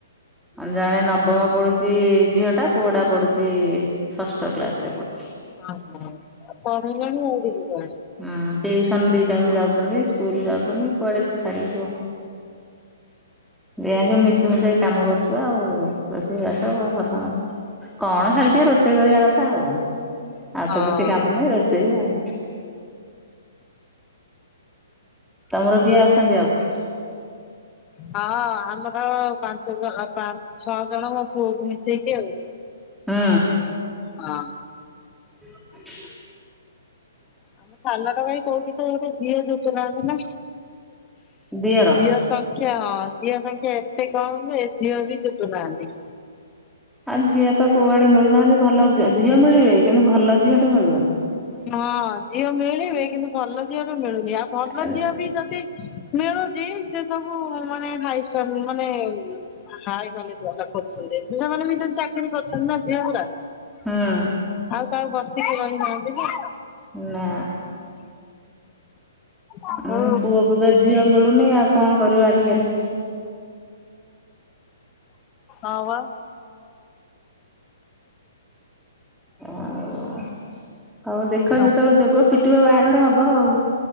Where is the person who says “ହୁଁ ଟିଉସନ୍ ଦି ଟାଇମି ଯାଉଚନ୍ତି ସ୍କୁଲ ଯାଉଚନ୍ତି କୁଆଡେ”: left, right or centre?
Centre